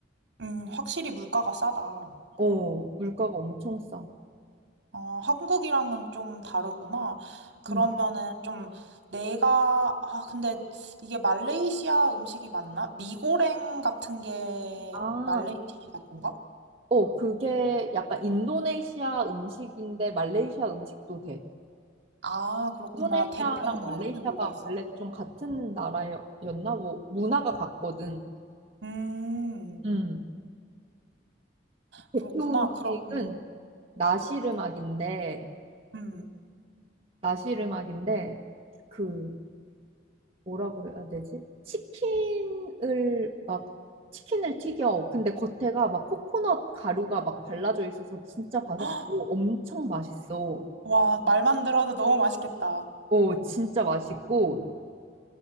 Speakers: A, on the right; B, on the right.
A: 음, 확실히 물가가 싸다.
B: 어, 물가가 엄청 싸.
A: 어, 한국이랑은 좀 다르구나. 그러면은
B: 음
A: 좀 내가, 아, 근데 이게 말레이시아 음식이 맞나? 미고랭 같은 게
B: 아,
A: 말레이시아 건가?
B: 어, 그게 약간 인도네시아 음식인데 말레이시아 음식도 돼.
A: 아, 그렇구나.
B: 인도네시아랑
A: 대표에는
B: 말레이시아가
A: 뭐가 있어?
B: 원래 좀 같은 나라였나? 뭐, 문화가 같거든.
A: 음,
B: 음. 대표
A: 그렇구나. 그럼,
B: 음식은
A: 음,
B: 나시르막인데,
A: 음.
B: 나시르막인데, 그, 뭐라 그래야 되지? 치킨을 막 치킨을 튀겨. 근데 겉에가 막 코코넛 가루가 막 발라져 있어서 진짜 바삭하고
A: <gasps> 헉,
B: 엄청 맛있어.
A: 와, 말만 들어도 너무 맛있겠다.
B: 어, 진짜 맛있고